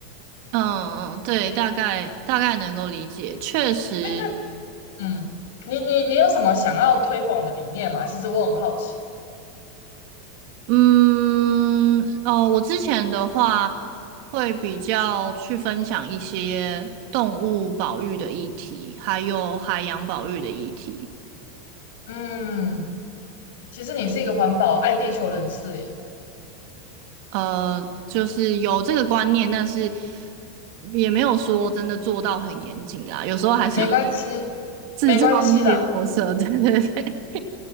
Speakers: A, on the right; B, on the left.
A: 嗯嗯，对，大概大概能够理解，确实，
B: 哎，那嗯，你你你有什么想要推广的理念吗？其实我很好奇。
A: 嗯，哦，我之前的话会比较去分享一些动物保育的议题，还有海洋保育的议题，
B: 嗯，其实你是一个环保爱地球人士，诶，
A: 呃，就是有这个观念，但是也没有说真的做到很严谨啦，有时候还是会
B: 没关系，
A: <laughs> 制造一些破色，
B: 没关系啦，
A: 对对对。